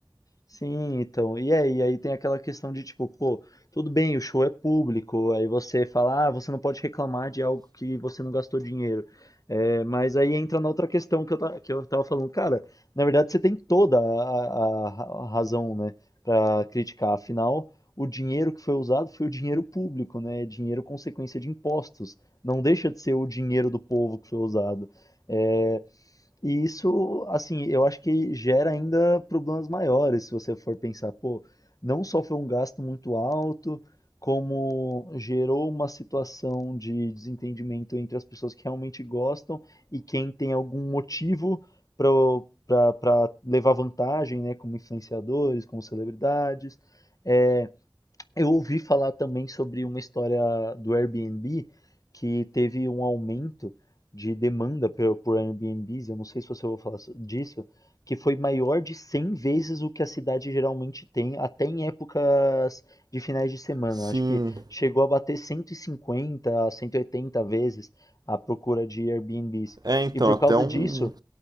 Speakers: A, on the left (about 45°); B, on the right (about 55°).
A: Sim, então. E aí, aí tem aquela questão de tipo, pô, tudo bem, o show é público, aí você fala, ah, você não pode reclamar de algo que você não gastou dinheiro. É, mas aí entra na outra questão que eu, ta- que eu tava falando, cara, na verdade você tem toda a, a- a razão, né, pra criticar. Afinal, o dinheiro que foi usado foi o dinheiro público, né? É Dinheiro consequência de impostos. Não deixa de ser o dinheiro do povo que foi usado. É, e isso, assim, eu acho que gera ainda problemas maiores, se você for pensar, pô, não só foi um gasto muito alto, como gerou uma situação de desentendimento entre as pessoas que realmente gostam e quem tem algum motivo para levar vantagem, né, como influenciadores, como celebridades. É, eu ouvi falar também sobre uma história do Airbnb que teve um aumento de demanda por, por Airbnbs, eu não sei se você ouviu falar so- disso, que foi maior de 100 vezes o que a cidade geralmente tem, até em épocas de finais de semana.
B: Sim.
A: Acho que chegou a bater 150 a 180 vezes a procura de Airbnbs.
B: É, então,
A: E por
B: até
A: causa
B: um.
A: disso,